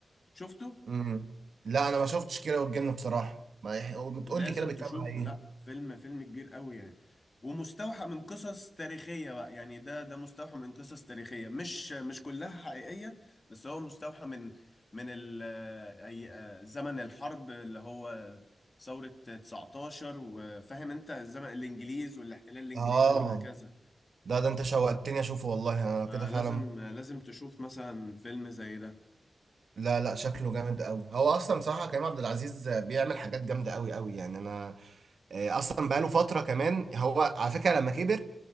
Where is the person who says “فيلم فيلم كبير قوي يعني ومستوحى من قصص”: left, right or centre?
Left